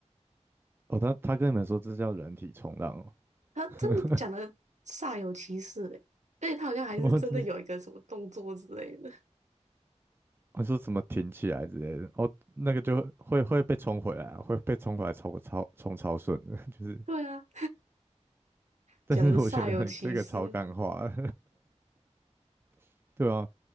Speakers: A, on the right; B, on the right.
A: 哦，他他跟你们说这叫人体冲浪哦，
B: 他真的讲的煞有其事嘞，
A: <laughs>
B: 而且他好像还是真的有一个什么动作之类的。
A: 我真是我说什么挺起来之类的，哦，那个就会会被冲回来啊，会被冲回来冲超冲超顺的，<laughs> 就是，
B: <laughs> 对啊，
A: 但是我觉得你这个超干话，
B: 讲的煞有其事，
A: <laughs> 对啊，